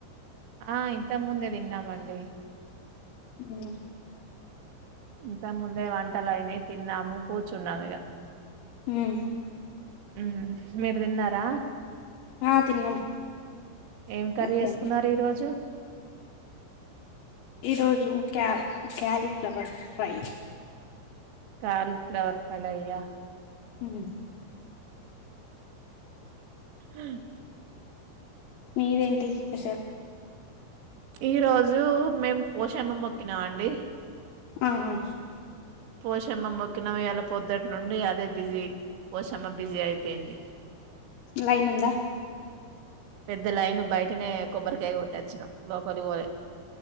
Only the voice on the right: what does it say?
ఆ ఇంతముందే తిన్నామండి.
ఇంతా ముందే వంటలైనయ్ తిన్నాము. కూచ్చున్నాం ఇగ
ఉ మీరు తిన్నారా.
ఏం కర్రి
ఏసుకున్నారు ఈ రోజు.
కాలీఫ్లవర్ పళయ్యా.
హ్
ఈ రోజు మేము పోషమ్మ మొక్కినామండి.
పోషమ్మ మొక్కినం ఇయళ పొద్దుట్నుండి అదే బిజీ పోషమ్మ బిజీ అయిపెయింది.
పెద్ద లైన్ బయటనే కొబ్బరికాయ కొట్టొచ్చినాం లోపలి పోలే.